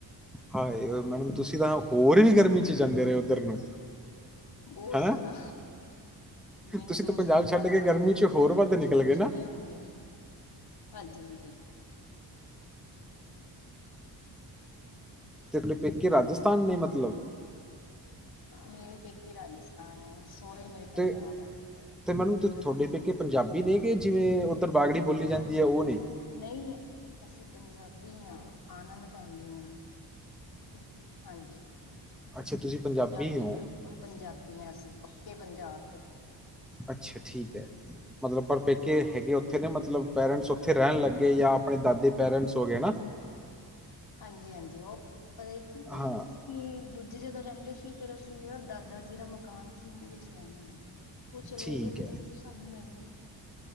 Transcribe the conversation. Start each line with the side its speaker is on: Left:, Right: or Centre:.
Centre: ਹਾਏ, ਮੈਡਮ ਤੁਸੀਂ ਤਾਂ ਹੋਰ ਵੀ ਗਰਮੀ ਚ, ਜਾਂਦੇ ਰਹੇ ਉੱਧਰ ਨੂੰ?
Left: ਬਹੁਤ,
Centre: ਹਨਾ
Left: ਜ਼ਦਾ ਮੈਨੂੰ
Centre: ਤੁਸੀਂ
Left: ਦੋ
Centre: ਤਾਂ ਪੰਜਾਬ
Left: ਸਾਲ ਬਾਅਦ,
Centre: ਛੱਡ
Left: ਆਉਣਾ
Centre: ਕੇ ਗਰਮੀ
Left: ਪੈਂਦਾ ਕਿਉਂਕਿ,
Centre: 'ਚ ਹੋਰ
Left: ਗਰਮੀ
Centre: ਵੱਧ ਨਿਕਲ
Left: ਚ ਚਲੋ
Centre: ਗਏ ਨਾ
Left: ਛੁੱਟੀਆਂ ਹੁੰਦੀਆ ਹਾਂਜੀ- ਹਾਂਜੀ
Centre: ਤੇ ਪੈਕੇ, ਰਾਜਸਥਾਨ ਨੇ ਮਤਲਬ
Left: ਮੇਰੇ ਪੇਕੇ, ਰਾਜਸਥਾਨ ਹੈ, ਸੋਹੁਰੇ ਮੇਰੇ, ਪੰਜਾਬ
Centre: ਤੇ
Left: ਆ
Centre: ਤੇ ਮੈਨੂੰ ਤੁਹਾਡੇ ਪੇਕੇ, ਪੰਜਾਬੀ ਨੇ ਕਿ, ਜਿਵੇਂ ਉੱਧਰ ਬਾਗੜੀ ਬੋਲੀ, ਜਾਂਦੀ ਹੈ ਉਹ ਨੇ
Left: ਨਹੀਂ, ਅਸੀਂ ਪੰਜਾਬੀ ਹਾਂ, ਆਨੰਦ ਫੈਮਲੀ ਹਾ। ਤੇ, ਹਾਂਜੀ।
Centre: ਅੱਛਾ ਤੁਸੀਂ
Left: ਪੰਜਾਬੀ,
Centre: ਹੋ
Left: ਦੇ ਉਪਰ ਪੰਜਾਬੀੀ ਆਂ ਅਸੀ ਪੱਕੇ ਪੰਜਾਬ ਦੇ?
Centre: ਅੱਛਾ, ਠੀਕ ਐ ਮਤਲਬ, ਪਰਪੇਕੇ ਹੈਗੇ, ਉੱਥੇ ਨੇ ਮਤਲਬ ਪੇਰੈਂਟਸ ਉੱਥੇ ਰਹਿਣ ਲੱਗੇ, ਜਾਂ ਆਪਣੇ ਦਾਦੇ ਪੇਰੈਂਟਸ ਹੋ ਗਏ।
Left: ਹਾਂਜੀ- ਹਾਂਜੀ ਉਹ ਪਤਾ ਹੀ ਕੀ ਪਹਿਲੇ,
Centre: ਹਾਂ
Left: ਅਸੀਂ ਦੂਜੀ ਜਗ੍ਹਾ ਰਹਿੰਦੇ ਸੀ। ਫਿਰ ਅਸੀਂ ਨਾ ਦਾਦਾ ਜੀ ਦਾ ਮੁ ਕਾਨ ਸਿੰਘ, ਦੇ ਵਿੱਚ ਰਹਿਣ ਲੱਗ ਗਏ। ਕੁਛ ਲੈ
Centre: ਠੀਕ
Left: ਗਏ, ਫੇਿਰ
Centre: ਹੈ
Left: ਉਹ ਸਾਨੂੰ ਮਿਲਣ